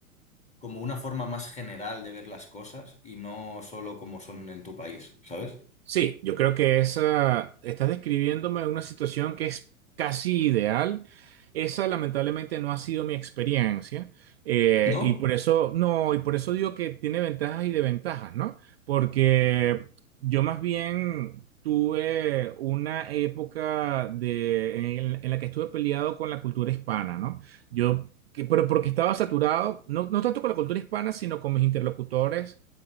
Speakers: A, on the left (about 15°); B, on the right (about 45°).
A: como una forma más general de ver las cosas y no solo como son en tu país, ¿sabes?
B: Sí, yo creo que esa, estás describiéndome una situación que es casi ideal. Esa lamentablemente no ha sido mi experiencia eh,
A: ¿No?
B: y por eso, no, y por eso digo que tiene ventajas y desventajas, ¿no? Porque yo más bien tuve una época de, en, en la que estuve peleado con la cultura hispana, ¿no? Yo, que- pero porque estaba saturado, no, no tanto con la cultura hispana, sino con mis interlocutores